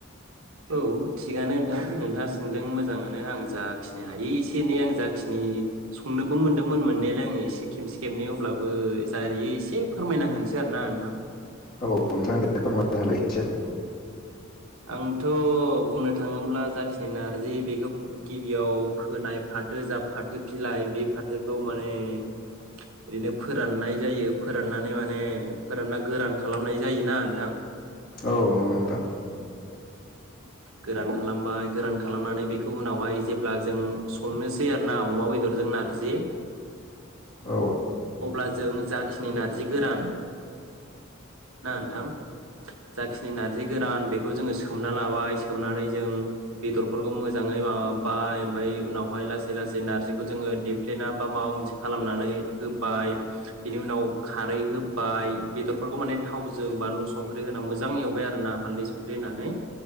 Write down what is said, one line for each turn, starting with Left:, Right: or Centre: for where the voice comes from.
Right: औ थिगानो नोंथां नोंथाङा सोंदों मोजाङानो आं जाखिनि हायो एसे एनै आं जाखिनि संनोबो मोनदोंमोन मोननायालाय आं एसे खेबसे खेबनै अब्लाबो जा हायो एसे फोरमायना होनोसै आरो ना नोंथां।
Left: औ नोंथां दे फोरमाय। होलाय एसे
Right: औ आंथ' बुंनो थाङोब्ला जाखिनि नारजि बेखौ गिबियाव फोनाय फाथो जा फाथो बिलाइ बे फाथोखौ माने ओरैनो फोराननाय जायो फोराननानै माने फोरानना गोरान खालामनाय जायोना नोंथां।
Left: औ नंगौ नोंथां।
Right: गोरान खालामबाय गोरान खालामनानै बेखौ उनावहाय जेब्ला जों संनोसै आरोना अमा बेदरजों नारजि
Left: औ
Right: अब्ला जों जाखिनि नारजि गोरान ना नोंथां <unintelligible> जाखिनि नारजि गोरान बेखौ जोङो सोमनानै लाबाय सोमोननानै जों बेदरफोरखौ मोजाङै माबाय ओमफ्राय उनावहाय लासै लासै नारजिखौ जोङो देफ्लेना बा माबा मोनसे खालामनानै होबाय बिनि उनाव खारै होबाय बेदरफोरखौ माने थावजों बानलु संख्रि होनानै मोजां एवबाय आरोना हाल्दै संख्रि होनानै।